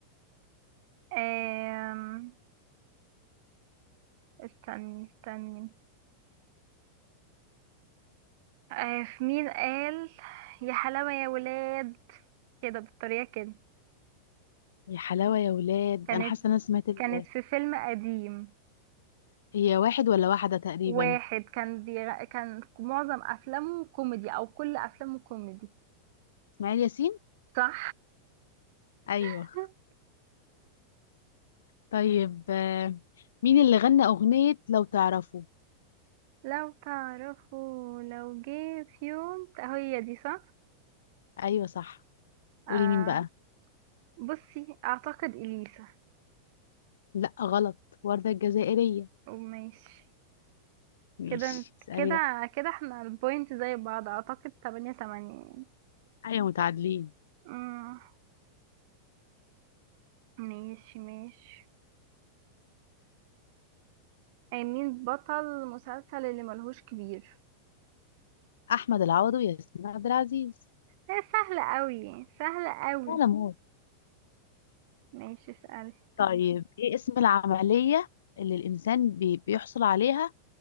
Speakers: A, on the right (about 50°); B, on the left (about 60°).
A: أم... استني استني أه في مين قال يا حلاوة يا ولاد كده بالطريقة كده
B: يا حلاوة يا ولاد
A: كانت
B: انا حاسة ان انا سمعت ال...
A: كانت في فيلم قديم
B: هي واحد ولا واحدة تقريبا
A: واحد كان بيغ... كان معظم أفلامه كوميدي أو كل أفلامه كوميدي
B: اسماعيل ياسين
A: صح
B: ايوه
A: <laughs>
B: طيب آه، مين اللي غنى اغنية لو تعرفوا
A: لو تعرفوا لو جه في يوم هي دي صح
B: ايوه صح قولي
A: آه
B: مين بقى
A: بصي اعتقد اليسا
B: لا غلط وردة الجزائرية
A: وماشي
B: ماشي
A: كده انت-
B: اسألي
A: كده
B: بقى
A: كده احنا البوينت زي بعض اعتقد تمانية تمانية يعني
B: ايوه متعادلين
A: مم، ماشي ماشي أي مين بطل مسلسل اللي ملهوش كبير
B: احمد العوضي وياسمين عبد العزيز
A: هي سهلة قوي سهلة قوي
B: سلام
A: ماشي اسألي
B: طيب ايه اسم العملية اللي الإنسان بي بيحصل عليها